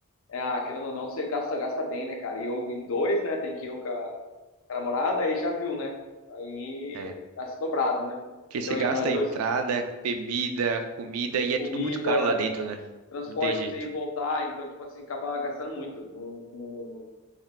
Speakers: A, on the left; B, on the right.
A: é, ah, querendo ou não, você gasta, gasta bem, né, cara? E eu em dois, né, tem que eu com a com a namorada, aí já viu, né? Aí
B: É,
A: já se dobrado, né?
B: porque
A: Então,
B: você gasta
A: e nós
B: entrada,
A: dois,
B: bebida, comida e é
A: comida,
B: tudo muito caro lá dentro, né?
A: transporte
B: Não tem jeito.
A: pra você ir e voltar, então, tipo assim, acaba gastando muito. Não- não-